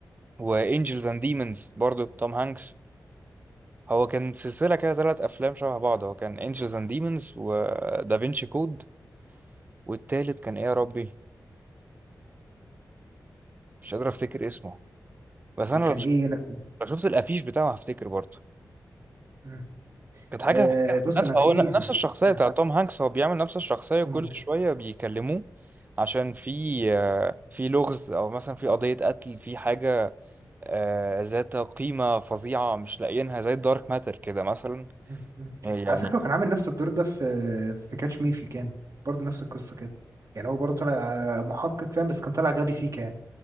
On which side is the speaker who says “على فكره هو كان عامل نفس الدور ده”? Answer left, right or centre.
Right